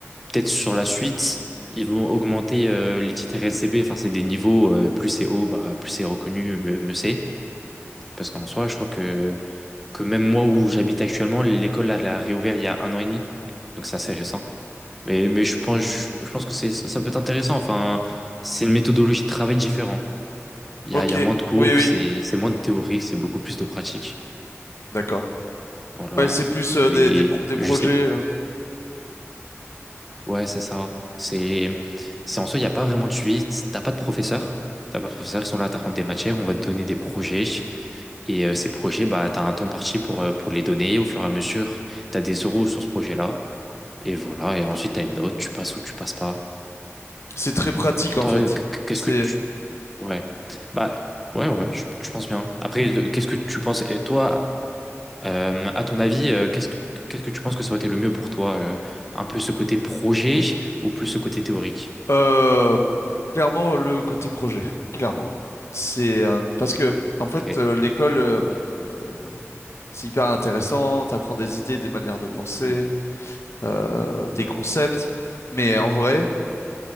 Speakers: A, in the centre; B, on the left.
A: peut-être sur la suite, ils vont augmenter euh, les titres RSCB. Enfin, c'est des niveaux, euh, plus c'est haut, bah, plus c'est reconnu, mieux, mieux c'est. Parce qu'en soi, je crois que, que même moi où j'habite actuellement, l'école elle a réouvert il y a un an et demi. Donc c'est assez récent. Mais, mais je pense, je, je pense que c'est, ça, ça peut être intéressant. Enfin, c'est une méthodologie de travail différente. Il
B: Ok,
A: y a, il y a moins de cours,
B: oui, oui,
A: c'est c'est moins de théorique, c'est beaucoup plus de pratique.
B: d'accord.
A: Voilà.
B: Ouais, c'est plus euh,
A: Mais
B: des, des, pro- des projets.
A: je sais
B: euh,
A: Ouais, c'est ça. C'est, c'est en soi, il n'y a pas vraiment de suivi. T'as pas de professeurs. T'as pas de professeurs qui sont là à t'apprendre des matières. On va te donner des projets. Et euh, ces projets, bah, tu as un temps parti pour, euh, pour les donner au fur et à mesure. Tu as des euros sur ce projet-là. Et voilà. Et ensuite, tu as une note. Tu passes ou tu passes pas.
B: C'est très pratique en
A: Toi,
B: fait.
A: euh, qu- Qu'est-ce
B: C'est
A: que tu. Ouais. Bah, ouais, ouais, je, je pense bien. Après, de- qu'est-ce que tu penses? Et toi, euh, à ton avis, euh, qu'est-ce que, qu'est-ce que tu penses que ça aurait été le mieux pour toi? euh, un peu ce côté projet ou plus ce côté théorique?
B: Euh, clairement, le côté projet, clairement. C'est euh, parce que, en fait,
A: Ok.
B: euh, l'école, euh, bon, euh, c'est hyper intéressant, t'apprends des idées, des manières de penser,
A: Mm.
B: euh, des concepts, mais en vrai,